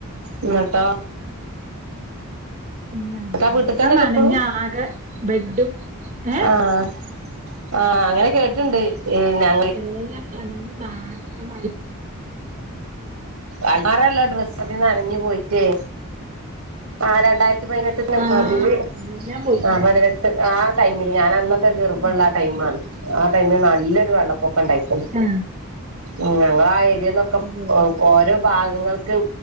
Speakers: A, on the right; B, on the right.
A: ഇന്നട്ടോ?
B: ഉമ്മേ എല്ലം
A: ന്നട്ട് ആ വീട്ട് തന്നെല്ലേ
B: ന്നനഞ്ഞാകെ
A: ഇപ്പളും
B: ബെഡും. ഏ
A: ആഹ് ആഹ് അങ്ങനെ കേട്ട്ണ്ട് ഞങ്ങ
B: എല്ലാം ന്നനഞ് ന്നാശമായിപ്പോയി.
A: അൽമാറള്ള ഡ്രസ്സക്കെ നനഞ്ഞുപോയിറ്റ് ആ രണ്ടായിരത്തി പതിനെട്ടെനെ
B: ആ
A: അതില്
B: എല്ലാം പോയി
A: ആ പതിനെട്ട് ആ ടൈമില് ഞാനന്ന്- പ്പ ഗർബള്ള
B: ഉം.
A: ആ ടൈമാണ് ആ ടൈമില് നല്ലൊരു വെള്ളപ്പൊക്കംണ്ടായിക്കണ്.
B: ആ
A: ഉ ഞങ്ങളെ ആ ഏരിയേ ന്നൊക്കെ
B: ഉവ്വ് ഉവ്വ്
A: ഓരോ ഭാഗങ്ങൾ. ക്ക്‌